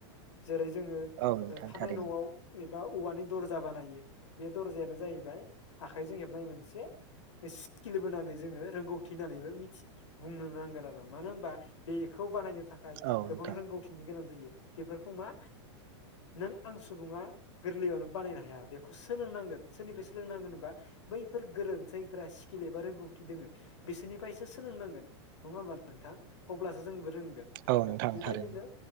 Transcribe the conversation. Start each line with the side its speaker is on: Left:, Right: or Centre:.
Left: जेरै जोङो
Right: औ नोंथां
Left: ओ थानाय
Right: थारैनो
Left: न'आव एबा औवानि दरजा बानायो। बे दरजायानो जाहैबाय आखाइजों हेबनाय मोनसे स्किल बोनानै जोङो रोंगौथि होननानैबो मिथि बुंनो नांगोन आरो मानो होनबा बेखौ बानायनो थाखाय
Right: औ
Left: गोबां
Right: नोंथां
Left: रोंगौथिनि गोनां जायो बेफोरखौ मा नों आं सुबुङा गोरलैयावनो बानायनो हाया बेखौ सोंलों नांगोन सोरनिफाय सोलोंनांगोन होनबा बैफोर गोरों जायफोरा स्किल एबा रोंगौथि दोङो बिसोरनिफ्रायसो सोलोंनांगोन नङा होनबा नोंथां अब्लासो जोंबो रोंगोन
Right: औ नोंथां
Left: बेबायदिनो
Right: थारैनो